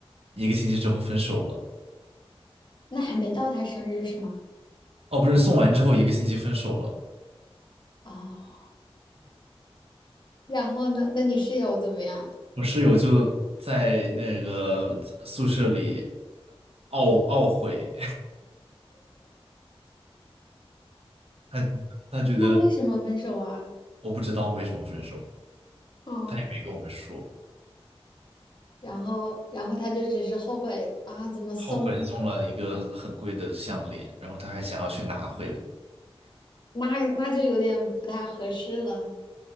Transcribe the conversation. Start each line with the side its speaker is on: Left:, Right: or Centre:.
Right: 一个星期之后分手了。
Left: 那还没到他生日是吗？
Right: 哦，不是，送完之后一个星期分手了。
Left: 哦，然后呢？那你室友怎么样？
Right: 我室友就在那个宿舍里懊懊悔，<laughs> 他他觉得
Left: 他们为什么分手啊？
Right: 我不知道为什么分手，
Left: 哦，
Right: 他也没跟我们说，
Left: 然后然后他就只是后悔啊，怎么送？
Right: 后悔送了一个很贵的项链，然后他还想要去拿回来。
Left: 那那就有点不太合适了。